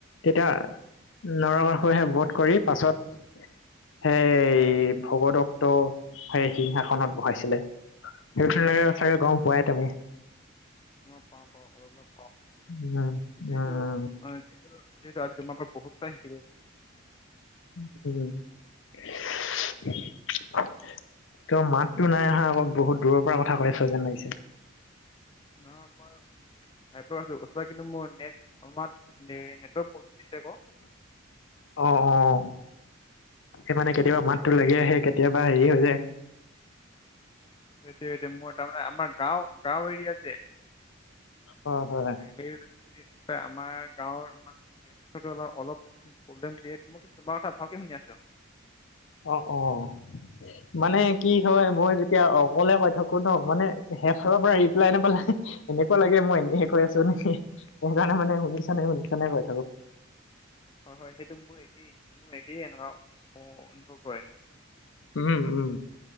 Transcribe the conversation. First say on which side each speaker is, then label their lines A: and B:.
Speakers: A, on the left; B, on the left.
A: তেতিয়া নৰকাসুহে বধ কৰি পাছত সেই ভগদক্ত সেই সিংহাসনত বহাইছিলে সেইটোৱে চাগে গম পোৱাই তুমি
B: অ', পাওঁ, পাওঁ অলপ অলপ পাওঁ
A: উম উম
B: যিহেতু
A: উম
B: অ' যিহেতু আজি আম পৰা বহুত কথা শিকিলো
A: <unintelligible> ত মাততো নাই অহা আকৌ বহুত দূৰৰ পৰা কথা কৈ আছা যেন লাগিছে।
B: মই <unintelligible> কিন্তু মোৰ নেট নেট প্ৰব্লেম
A: অ', অ', সেই
B: সেইটো
A: মানে কেতিয়াবা
B: কাৰণে দৌৰিব
A: মাতটো
B: পাৰিছো
A: লাগি আহে কেতিয়াবা হেৰি হৈ যায়।
B: সেইটো স মোৰ তাৰমানে আমাৰ গাঁও গাঁও এৰিয়া যে
A: হয়, হয়।
B: সেই আমাৰ গাঁৱৰ আম অলপ দিয় মই কিন্ত তোমাৰ কথা ভালকে শুনি আছোঁ।
A: অ', অ'। মানে কি হয় মই যেতিয়া অকলে কৈ থাকো ন মানে শেষফালৰ পৰা ৰিপ্লাই নাপালে এনেকুৱা লাগে মই এনে কৈ আছো নেকি সেইকাৰণে মানে শুনিছা নে শুনিছ নে কৈ থাকো।
B: হয়, হয় সেইটো মোৰ একেই মোৰ একেই এনেকুৱা অনুভৱ হয়।
A: উম, উম